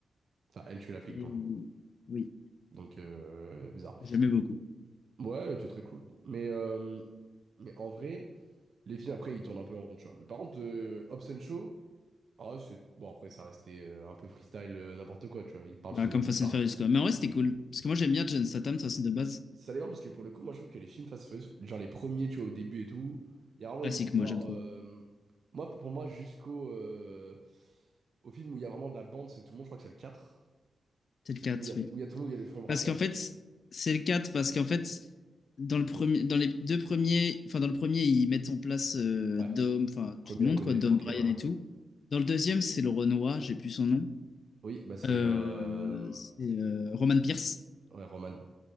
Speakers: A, on the right; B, on the left.
A: Enfin, elle tue la flic
B: Et
A: blonde.
B: oui, oui,
A: Donc, euh, bizarre.
B: j'aimais beaucoup.
A: Ouais, c'était très cool. Mais, euh, mais en vrai, les films, après, ils tournent un peu en rond, tu vois. Mais par contre, euh, Hobbs and Shaw, ah ouais, c'est... Bon, après, ça restait euh, un peu freestyle, euh, n'importe quoi, tu vois. Il parle
B: Bah,
A: sur
B: comme
A: les...
B: Fast
A: Il parle...
B: and Furious, quoi. Mais en vrai, c'était cool. Parce que moi, j'aime bien John Statham, ça c'est de base.
A: Ça dépend parce que pour le coup, moi je trouve que les films Fast and Furious, genre les premiers, tu vois, au début et tout, il y a vraiment
B: Classique,
A: une histoire.
B: moi, j'aime trop.
A: euh, Moi, pour pour moi, jusqu'au euh, au film où il y a vraiment de la bande, c'est tout le monde, je crois que c'est le quatre
B: C'est le 4,
A: où il y a,
B: oui.
A: où il y a tout le monde, où il y a les fonds de braquage.
B: Parce qu'en fait, c'est le quatre parce qu'en fait, dans le premier, dans les deux premiers, enfin, dans le premier, ils mettent en place euh,
A: Ouais,
B: Dom, enfin,
A: premier,
B: tout le
A: on
B: monde,
A: connaît,
B: quoi, Dom,
A: tranquille,
B: Brian
A: ouais.
B: et tout. Dans le deuxième, c'est le Renoir, j'ai plus son nom.
A: Oui, bah c'est
B: Euh,
A: euh,
B: c'est euh, Roman Pierce.
A: ouais, Roman.